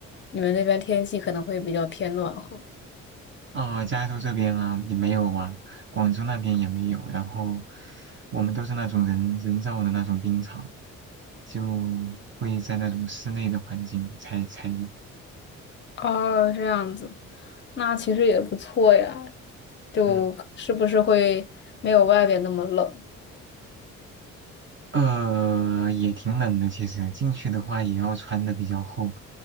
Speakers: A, on the left; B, on the right.
A: 你们那边天气可能会比较偏暖和。
B: 啊、加州这边啊也没有啊，广州那边也没有，然后我们都是那种人人造的那种冰场，就会在那种室内的环境才才有。
A: 哦，这样子，那其实也不错呀，就是不是会没有外边那么冷？
B: 嗯呃，也挺冷的，其实进去的话也要穿的比较厚，